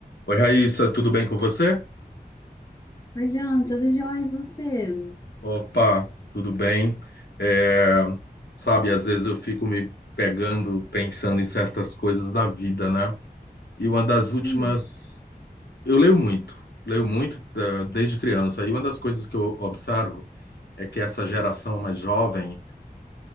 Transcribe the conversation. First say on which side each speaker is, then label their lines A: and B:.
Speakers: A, on the left (about 90°); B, on the left (about 20°).
A: Oi, Raíssa, tudo bem com você?
B: Oi, João, tudo jóia? E você?
A: Opa, tudo bem. É, sabe, às vezes eu fico me pegando, pensando em certas coisas da vida, né? E uma das últimas,
B: Hum,
A: eu leio muito, leio muito, eh, desde criança. E uma das coisas que eu observo é que essa geração mais jovem